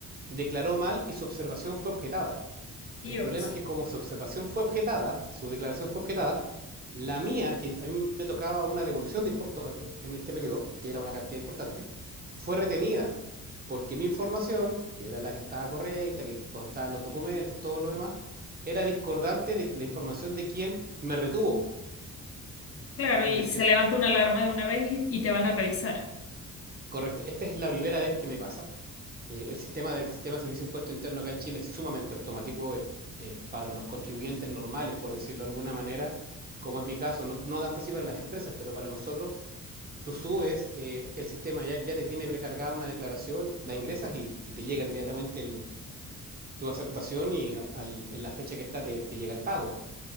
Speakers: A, on the right; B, on the left.
A: declaró mal y su observación fue objetada.
B: Dios.
A: El problema es que como su observación fue objetada, su declaración fue objetada, la mía, que a mí me tocaba una devolución de impuestos en este periodo, que era una cantidad importante, fue retenida porque mi información, que era la que estaba correcta, que constaba en los documentos, todo lo demás, era discordante de la información de quien me retuvo.
B: Claro,
A: Y
B: y
A: el,
B: se levanta una alarma de una vez y, y te van a revisar.
A: correcto, esta es la primera vez que me pasa. eh, el sistema del sistema de servicio de impuesto interno acá en Chile es sumamente automático eh, eh, para los contribuyentes normales, por decirlo de alguna manera, como es mi caso, no, no tanto así para las empresas, pero para nosotros, tú subes, eh, el sistema ya, ya te tiene precargada una declaración, la ingresas y, y te llega inmediatamente el- tu aceptación y al- en la fecha que está te, te llega el pago.